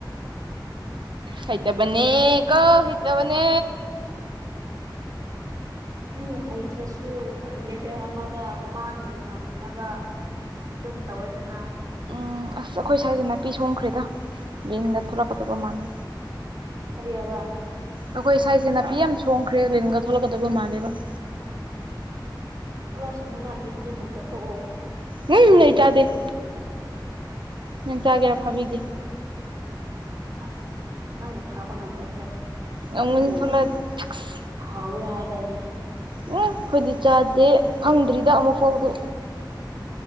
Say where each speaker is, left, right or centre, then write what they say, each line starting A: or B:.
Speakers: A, on the right (about 80°); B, on the right (about 50°).
A: ꯍꯇ ꯃꯅꯦ ꯀ ꯍꯇ ꯃꯅꯦ
B: ꯃꯤ ꯍꯩꯇ꯭ꯔꯁꯨ ꯂꯦꯚꯦꯜ ꯑꯃꯗ ꯃꯥꯒꯤ ꯉꯝꯅꯕ ꯑꯗꯨꯝ ꯇꯧꯋꯦꯗꯅ
A: ꯎꯝ ꯑꯁ ꯑꯩꯈꯣꯏ ꯁ꯭ꯋꯥꯏꯁꯦ ꯅꯥꯄꯤ ꯁꯣꯡꯈ꯭ꯔꯦꯗ ꯕꯔꯤꯟꯒ ꯊꯂꯛꯀꯗꯕ ꯃꯥꯜꯂꯦ
B: ꯀꯔꯤ ꯍꯥꯏꯕ
A: ꯑꯩꯈꯣꯏ ꯁꯥꯏꯁꯦ ꯅꯥꯄꯤ ꯌꯥꯝ ꯁꯣꯡꯈ꯭ꯔꯦ ꯂꯤꯟꯒ ꯊꯣꯛꯂꯛꯀꯗꯕ ꯃꯥꯜꯂꯦꯕ
B: ꯊꯣꯛꯂꯛꯑꯁꯨꯅꯨ ꯅ ꯗꯤꯟꯗꯨꯕꯨ ꯆꯠꯊꯣꯛꯑꯣ
A: ꯎꯝ ꯂꯩꯇꯥꯗꯦ ꯅꯪ ꯆꯥꯒꯦꯔꯥ
B: ꯃꯤ
A: ꯐꯥꯕꯤꯒꯦ
B: ꯑꯁ ꯅꯪꯕꯨ ꯐꯥꯕ ꯉꯝꯒꯗ꯭ꯔꯣ
A: ꯉꯝꯒꯅꯤ
B: ꯃꯤꯕꯨ
A: ꯊꯣꯛꯂꯛꯑꯗꯤ ꯁꯛꯁ
B: ꯍꯥꯎꯋꯦ ꯍꯥꯏꯗꯅꯦ
A: ꯎꯝ ꯑꯩꯈꯣꯏꯗꯤ ꯆꯥꯗꯦ ꯈꯪꯗ꯭ꯔꯤꯗ ꯑꯃꯨꯛ ꯐꯥꯎꯗꯨ